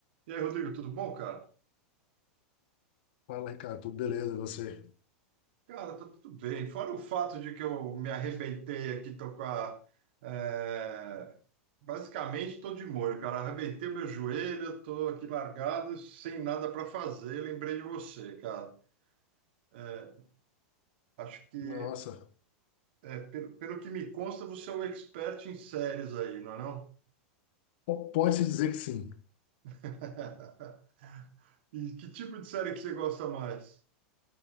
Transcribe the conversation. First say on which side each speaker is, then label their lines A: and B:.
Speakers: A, on the right (about 50°); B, on the left (about 50°).
A: E aí, Rodrigo, tudo bom, cara?
B: Fala, Ricardo, tudo beleza, e você?
A: Cara, tá tudo bem. Fora o fato de que eu me arrebentei aqui, tô com a. é, Basicamente, tô de molho, cara. Arrebentei o meu joelho, tô aqui largado, sem nada para fazer. Lembrei de você, cara. É, acho que,
B: Nossa,
A: é, pelo, pelo que me consta, você é um expert em séries aí, não é não?
B: po- pode-se dizer que sim.
A: <laughs> E que tipo de série que você gosta mais?